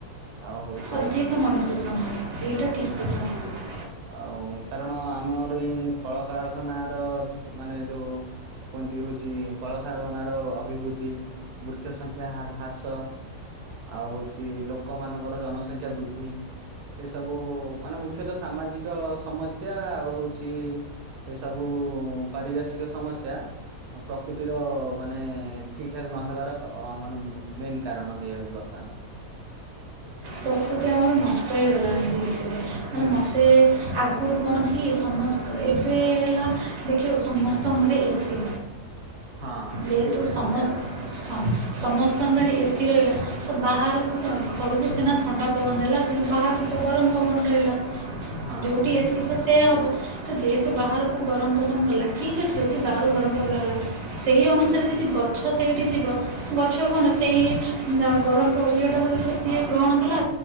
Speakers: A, on the right; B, on the right.
A: ଆ ହଉଛି।
B: ଅଧିକ ମଣିଷ ସମାଜ ଏଇଟା ଠିକ୍ <unintelligible>
A: ଆଉ କାରଣ ଆମର ଏଇ କଳକାରଖାନ ର ମାନେ ଯୋଉ କୁହନ୍ତି ହଉଛି କଳକାରଖାନ ର ଅଭିବୃଦ୍ଧି ବୃକ୍ଷ ସଂଖ୍ୟା ହାର ହ୍ରାସ। ଆଉ ହଉଛି ଲୋକମାନଙ୍କର ଜନସଂଖ୍ୟା ବୃଦ୍ଧି। ଏସବୁ ମାନେ ମୁଖ୍ୟତଃ ସାମାଜିକ ସମସ୍ୟା ଆଉ ହଉଛି। ଏସବୁ ପାରିପାର୍ଶ୍ଵିକ ସମସ୍ୟା। ଅ ପ୍ରକୃତିର ମାନେ ଠିକ ଠାକ ନହେବାର ଅ ମାନେ ଉଁ ମେନ୍ କାରଣ ହେଇଯାଉଛି ବର୍ତ୍ତ ମାନେ।
B: ପ୍ରକୃତି ଆମର ନଷ୍ଟ ହେଇଗଲାଣି ଧୀରେ ଧୀରେ ମାନେ
A: ହୁଁ
B: ମୋତେ ଆଗ ଆ। ଗୁରୁ କଣ କି ସମସ୍ତ ଏବେ ହେଲା ଦେଖିବ ସମସ୍ତଙ୍କ ଘରେ ଏ ସି
A: ହଁ
B: ଯେହେତୁ
A: ଏବେ ଏସିଟା
B: ସମସ୍ତ ହଁ ସମସ୍ତଙ୍କ ଘରେ ଏ ସିି ରହିଲା। ତ ବାହାରକୁ କଣ ଘରକୁ ସିନା ଥଣ୍ଡା ପବନ ଦେଲା କିନ୍ତୁ ବାହାରକୁ ତ ଗରମ ପବନ ରହିଲା।
A: ହଁ
B: ଯଉଠି ଏ ସି ତ ସେଇଆ ହେବ ତ ଯେହେତୁ ବାହାରକୁ ଗରମ ପବନ ଗଲା ଠିକ୍ ଅଛି ଯଦି ବାହାରକୁ ଗରମ ପବନ ଗଲା ସେଇ ଅନୁସାରେ ଯଦି ଗଛ ସେଇଠି ଥିବ ଗଛ କଣ ସେଇ ଉଁ ବା ଗରମ ପ ଇଏ ଟାକୁ ଯେତେବେଳେ ସିଏ
A: ହଁ
B: ଗ୍ରହଣ କଲା